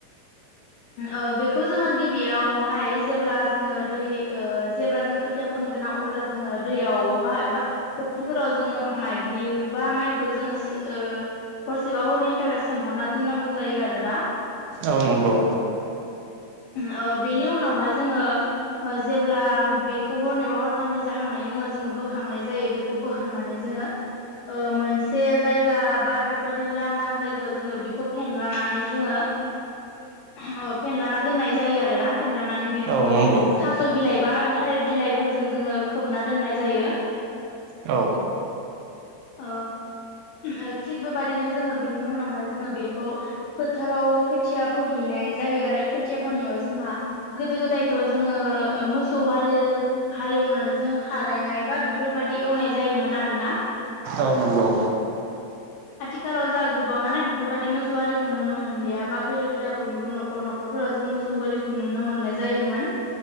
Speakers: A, on the left; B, on the right.
A: ओ बेखौ जोङो गिबियावहाय जेब्ला जोङो दै ओ जेब्ला जों खोथिया फोनो गोनां अब्ला जोङो दैयावहा एबा फुख्रिफोराव जोङो माइ ग्लि बा माइखौ जोङो ओ हरसेबा हरनैनि थाखाय सोमहाबना दोननांगौ जायो आरोना
B: औ नंगौ
A: ओ बेनि उनावहाय जोङो जेब्ला बेखौ हर एबा हरथामै जाखांनायनि उनाव जोङो बोखांनाय जायो बेखौ बोखांनानै जों ङो ओ मोनसे जायगा बा बेफोरदि लांदां जायगायाव जोङो बेखौ फेनला नानै जोङो
B: <inaudible>
A: अ फेनलाना दोननाय जायो आरोना फेनलानानै बेखौ
B: औ नंगौ
A: थास' बिलाइ बा थालिर बिलाइफोरजों जोङो खोबना दोननाय जायो।
B: औ
A: ओ ओ थिग बेबायदिनो जोङो बेनि उनावहाय जोङो बेखौ फोथाराव खो बोहैनाय जायो आरो खोथिया फनायाव जोंहा गोदो गोदायथ' जोङो मोसौ हालेवनानै जोङो खारायनाय बा बेफोरबायदि एवनाय जायोमोन आरोना
B: औ नंगौ
A: आथिखालाव जोंहा गोबाङानो बेफोरबायदि मोसौआलिखौ नुनो मोनलिया बा गोदो गोदा बयनोबो न'खर न'खरफोराव जों मोसौ गोरलिखौ नुनो मोननाय जायोमोन